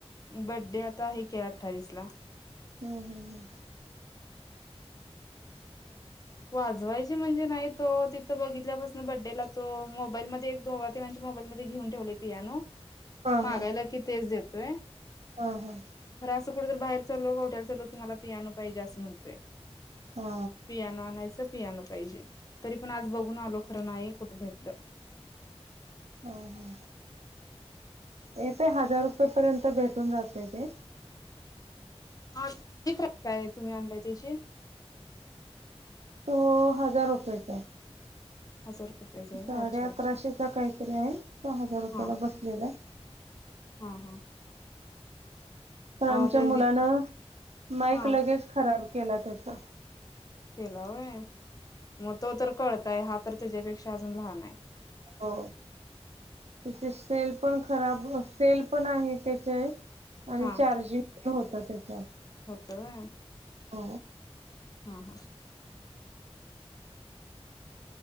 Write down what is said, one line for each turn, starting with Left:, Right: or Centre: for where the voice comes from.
Left: बड्डे आता आहे की अठ्ठावीस ला.
Right: हम्म हम्म हम्म,
Left: वाजवायची म्हणजे नाही तो तिथं बघितल्यापासून बड्डेला तो मोबाईलमध्ये. दोघा तिघांच्या मोबाईल मध्ये घेऊन ठेवलेय पियानो
Right: हा
Left: मागायला
Right: हा
Left: की, तेच देतोय.
Right: हा हा,
Left: खर असं कुठ तर बाहेरचा कवट्याला चाललो मला पिनो पाहिजे असं म्हणतय.
Right: हा
Left: पियानो आणायचं. पियाण पाहिजे तरी पण आज बघून आलो खरं नाही कुठे भेटलं.
Right: आ ह, येतय हजार रुपये पर्यंत भेटून जाते ते.
Left: हाती फ काय आहे तुम्ही आणलाय त्याची
Right: तो हजार रुपयचा आहे.
Left: हजार रुपयाच आहे
Right: साडे
Left: का अच्छा अच्छा
Right: अकराशेचा काहीतरी आहे तो हजार रुपयाला
Left: हा
Right: बसलेला आहे.
Left: हा हा
Right: पण
Left: अ
Right: आमच्या
Left: त्याची
Right: मुलान माईक
Left: हा
Right: लगेच खराब केला त्याचा.
Left: केला होय मग तो तर कळताय हा तर त्याच्यापेक्षा अजून लहान आहे.
Right: हो त्या सेल पण खराब सेल पण आहे त्याचे आणि
Left: हा
Right: चार्जिंग पण होत त्याचा.
Left: होत व्हय.
Right: अ
Left: हा हा